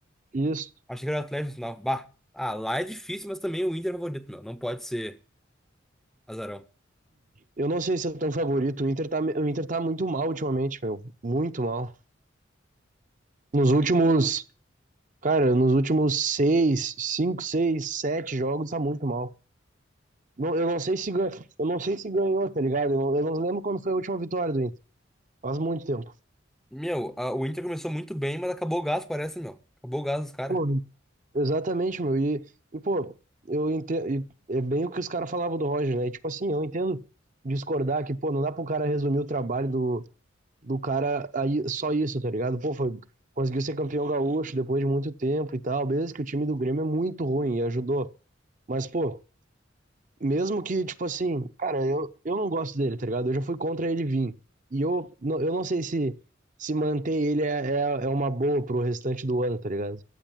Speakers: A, on the right; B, in the centre.
A: Isso.
B: Achei que era o Atlético Nacional. Bah. Ah, lá é difícil, mas também o Inter é favorito, meu. Não pode ser azarão.
A: Eu não sei se é tão favorito. O Inter tá, o Inter tá muito mal ultimamente, meu. Muito mal. Nos últimos, cara, nos últimos seis, cinco, seis, sete jogos tá muito mal. Não, eu não sei se ganhou, eu não sei se ganhou, tá ligado? Eu não, eu não lembro quando foi a última vitória do Inter. Faz muito tempo.
B: Meu, a- o Inter começou muito bem, mas acabou o gás, parece, meu. Acabou o gás dos caras.
A: Pô, exatamente, meu. E, e pô, eu entendo, é bem o que os caras falavam do Roger, né? E, tipo assim, eu entendo discordar que, pô, não dá pro cara resumir o trabalho do do cara aí só isso, tá ligado? Pô, foi, conseguiu ser campeão gaúcho depois de muito tempo e tal. Beleza que o time do Grêmio é muito ruim e ajudou. Mas, pô, mesmo que, tipo assim, cara, eu, eu não gosto dele, tá ligado? Eu já fui contra ele vir. E eu, não- eu não sei se, se manter ele é, é, é uma boa pro restante do ano, tá ligado?